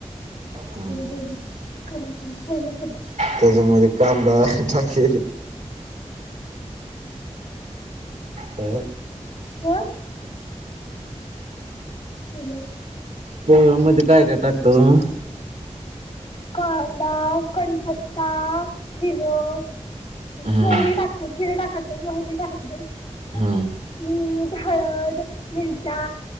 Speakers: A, on the right (about 80°); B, on the left (about 55°).
A: हम्म
B: बर करा तुम्ही पोहे करा
A: त्याच्यामध्ये कांदा टाक अ
B: हो हॅलो
A: पोह्यामध्येध्ये काय काय टाकता तुम्ही?
B: कांदा, कढीपत्ता, जिरं
A: हम्म
B: मोहरी टाकतात, जिरं टाकत नाहीत, मोहिरी टाकतात.
A: हम्म
B: मीठ, हळद, मिरच्या